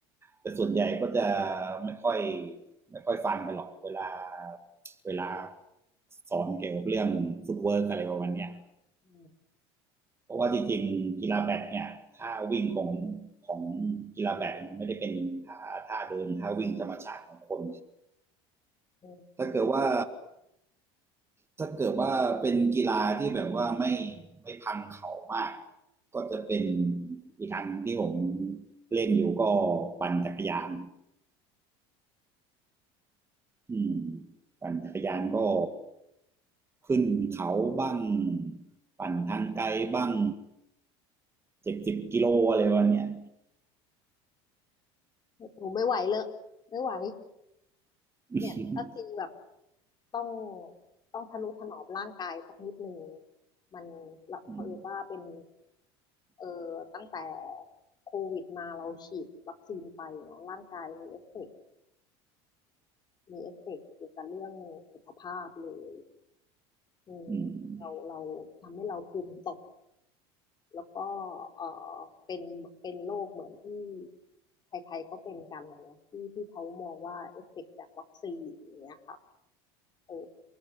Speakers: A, on the right; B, on the left.
A: แต่ส่วนใหญ่ก็จะไม่ค่อยไม่ค่อยฟังกันหรอกเวลาเวลาสอนเกี่ยวกับเรื่องฟุตเวิร์กอะไรประมาณเนี้ย
B: อืม
A: เพราะว่าจริงๆกีฬาแบดเนี่ยท่าวิ่งของของกีฬาแบดมันไม่ได้เป็นท่าท่าเดินท่าวิ่งธรรมชาติของคน
B: อืม
A: ถ้าเกิดว่าถ้าเกิดว่าเป็นกีฬาที่แบบว่าไม่ไม่พังเข่ามากก็จะเป็นอีกอันที่ผมเล่นอยู่ก็ปั่นจักรยาน อืมปั่นจักรยานก็ขึ้นเขาบ้างปั่นทางไกลบ้างเจ็ดสิบกิโลอะไรวันเนี้ย
B: หนูไม่ไหวเลยไม่ไหว
A: อื
B: เนี่ยก็คือแบบต้องต้องทนุถนอมร่างกายสักนิดหนึ่งมันเราเผอิญว่าเป็น
A: ม
B: เออตั้งแต่โควิดมาเราฉีดวัคซีนไปเนาะร่างกายมีเอฟเฟกต์มีเอฟเฟกต์เกี่ยวกับเรื่องสุขภาพเลยอืมเราเราทำให้เราภูมิตก
A: อืม
B: แล้วก็เออเป็นเป็นโรคเหมือนที่ใครๆก็เป็นกันนะนะที่ที่เขามองว่าเอฟเฟกต์จากวัคซีนอย่างเงี้ยค่ะเออ